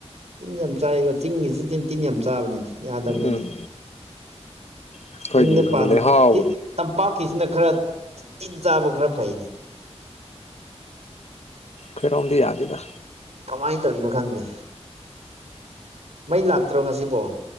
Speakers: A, on the right; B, on the left.
A: ꯇꯤꯟ ꯌꯥꯝ ꯆꯥꯏꯀꯣ ꯆꯤꯡꯒꯤꯁꯤꯡ ꯇꯤꯟ ꯌꯥꯝ ꯆꯥꯕꯅꯤꯅ ꯌꯥꯗꯕꯅꯤꯅꯦ
B: ꯎꯝ ꯑꯩꯈꯣꯏꯒꯤ
A: ꯆꯤꯡꯅ ꯄꯥ
B: ꯂꯩꯍꯥꯎ
A: ꯇꯝꯄꯥꯛꯀꯤꯁꯤꯅ ꯈꯔ ꯆꯤꯟ ꯆꯥꯕ ꯈꯔ ꯐꯩꯅꯦ
B: ꯈꯣꯢꯔꯣꯝꯗꯤ ꯌꯥꯗꯦꯗ
A: ꯀꯃꯥꯏꯅ ꯇꯧꯔꯤꯅꯣ ꯈꯪꯗꯦ ꯃꯩ ꯂꯥꯛꯇ꯭ꯔꯣ ꯉꯁꯤꯕꯣ